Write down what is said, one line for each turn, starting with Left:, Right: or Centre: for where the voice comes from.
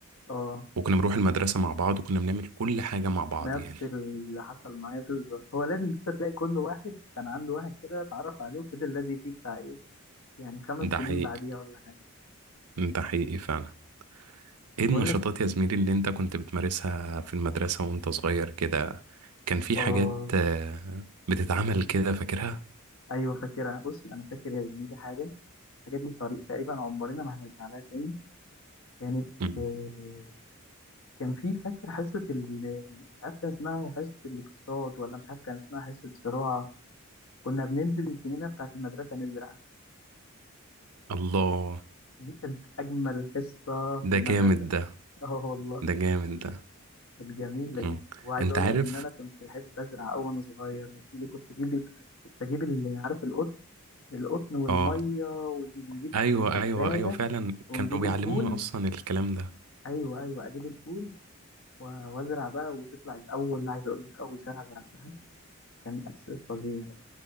Left: اه
Right: وكنا بنروح المدرسة مع بعض وكنا بنعمل كل حاجة مع بعض
Left: نفس
Right: يعني
Left: اللي حصل معايا بالظبط هو لازم كده تلاقي كل واحد كان عنده واحد كده اتعرف عليه وفضل لازق فيه بتاع ايه يعني خمس
Right: ده
Left: سنين
Right: حقيقي
Left: بعديها ولا حاجه
Right: ده حقيقي فعلا ايه النشاطات
Left: بقول لك
Right: يا زميلي اللي انت كنت بتمارسها في المدرسة وانت صغير كده كان في
Left: اه
Right: حاجات آه، بتتعمل كده فاكرها
Left: ايوه فاكرها بص انا فاكر يا زميلي حاجه الحاجه دي طريق تقريبا عمرنا ما هنرجع لها تاني كانت
Right: مم.
Left: آه، كان في فاكر حصة ال... مش عارف كان اسمها حصة الاقتصاد ولا مش عارف كان اسمها حصة زراعة كنا بننزل الجنينة بتاعة المدرسة نزرع
Right: الله
Left: دي كانت أجمل حصة في
Right: ده
Left: المدرسة
Right: جامد ده
Left: اه والله
Right: ده جامد ده
Left: كانت جميلة دي
Right: مم.
Left: وعايز
Right: انت
Left: أقول
Right: عارف
Left: لك إن أنا كنت بحب أزرع أوي وأنا صغير يا زميلي كنت أجيب كنت أجيب ال- عارف القطن القطن والمية
Right: اه
Left: ونجيب
Right: ايوه
Left: كوباية
Right: ايوه ايوه فعلا
Left: ونجيب
Right: كانوا بيعلمونا
Left: الفول
Right: اصلا الكلام ده
Left: أيوه أيوه أجيب الفول و- وأزرع بقى وتطلع أول عايز أقول لك أول زرعة زرعتها كان إحساس فظيع